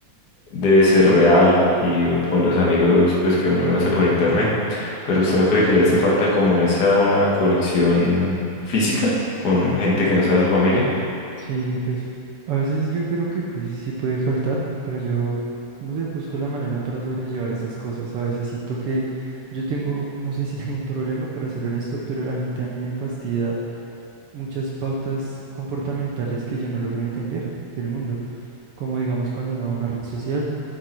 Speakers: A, on the left (about 40°); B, on the right (about 65°).
A: debe ser real y un- con los amigos pues que uno no hace por internet. Pero ¿usted no cree que le hace falta como esa conexión física con gente que no sea su familia?
B: Sí, pues a veces yo creo que pues sí puede faltar, pero yo no sé, busco la manera para sobrellevar estas cosas. A veces siento que yo tengo, no sé si <laughs> tengo un problema para ser honesto, pero la gente a mí me fastidia muchas pautas comportamentales que yo no logro entender del mundo. Como digamos cuando uno va a una red social,